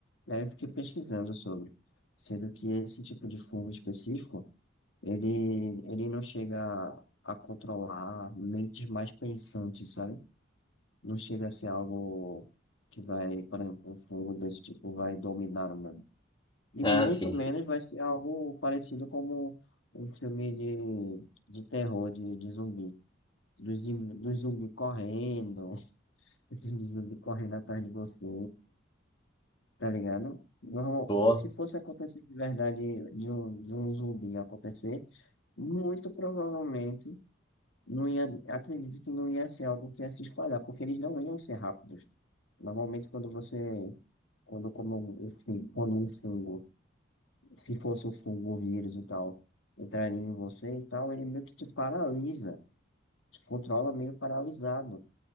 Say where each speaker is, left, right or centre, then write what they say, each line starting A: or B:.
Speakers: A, on the left; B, on the left.
A: e aí eu fiquei pesquisando sobre. Sendo que esse tipo de fungo específico, ele, ele não chega a, a controlar mentes mais pensantes, sabe? Não chega a ser algo que vai, por exemplo, um fungo desse tipo vai dominar o mundo. E
B: Ah,
A: muito
B: sim,
A: menos
B: sim.
A: vai ser algo parecido como um filme de, de terror, de, de zumbi. Dos zim- dos zumbi correndo, <laughs> dos zumbi correndo atrás de você, tá ligado? Normal-
B: Pô.
A: se fosse acontecer de verdade de um, de um zumbi acontecer, muito provavelmente. não ia, acredito que não ia ser algo que ia se espalhar, porque eles não iam ser rápidos. Normalmente, quando você, quando como um, um fun- quando um fungo, se fosse um fungo, um vírus e tal, entraria em você e tal, ele meio que te paralisa, te controla meio paralisado,